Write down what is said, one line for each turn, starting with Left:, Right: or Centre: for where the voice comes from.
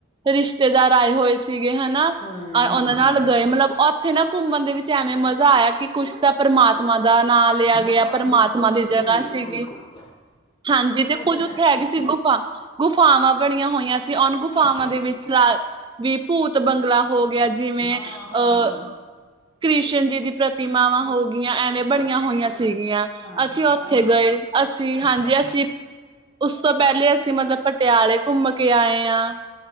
Right: ਰਿਸ਼ਤੇਦਾਰ ਆਏ ਹੋਏ ਸੀਗੇ ਹਨਾ,
Left: ਹਮ
Right: ਅ ਓਨਾਂ
Left: ਹਮ
Right: ਨਾਲ ਗਏ ਮਤਲਬ ਓਥੇ ਨਾਂ ਘੁੰਮਣ ਦੇ ਵਿੱਚ ਐਵੇਂ ਮਜ਼ਾ ਆਇਆ ਕਿ ਕੁੱਛ ਤਾਂ ਪਰਮਾਤਮਾ ਦਾ ਨਾਂ ਲਿਆ
Left: ਹਾਂ
Right: ਗਿਆ। ਪਰਮਾਤਮਾ
Left: ਬਿਲਕੁਲ ਬਿਲਕੁਲ
Right: ਦੀ ਜਗ੍ਹਾ ਸੀਗੀ।
Left: ਬਿਲਕੁਲ
Right: ਹਾਂਜੀ ਤੇ
Left: ਉਹ
Right: ਕੁੱਝ ਉੱਥੇ
Left: ਹੈ
Right: ਹੈਗੀ ਸੀ ਗੁਫ਼ਾ। ਗੁਫਾਵਾਂ ਬਣੀਆਂ ਹੋਈਆਂ ਸੀ ਉਨ ਗੁਫਾਵਾਂ
Left: ਅੱਛਾ
Right: ਦੇ
Left: ਅੱਛਾ
Right: ਵਿੱਚਕਾਰ ਵੀ ਭੂਤ ਬੰਗਲਾ ਹੋ ਗਿਆ ਜਿਵੇਂ,
Left: ਹਾਂ ਹਾਂ
Right: ਅ
Left: ਹਾਂ
Right: ਕ੍ਰਿਸ਼ਨ ਜੀ ਦੀ ਪ੍ਰਤਿਮਾਵਾਂ ਹੋ ਗੀਆਂ ਐਵੇਂ ਬਣੀਆਂ
Left: ਹਾਂ ਅੱਛਾ
Right: ਹੋਈਆਂ ਸੀਗੀਆਂ।
Left: ਹਾਂ
Right: ਅਸੀ
Left: ਹਾਂ
Right: ਓਥੇ ਗਏ। ਅਸੀ
Left: ਅੱਛਾ
Right: ਹਾਂਜੀ
Left: ਅੱਛਾ
Right: ਅਸੀ ਉਸ ਤੋਂ ਪੈਲੇ ਅਸੀ ਮਤਲਬ ਪਟਿਆਲੇ ਘੁੰਮ ਕੇ ਆਏ ਆਂ।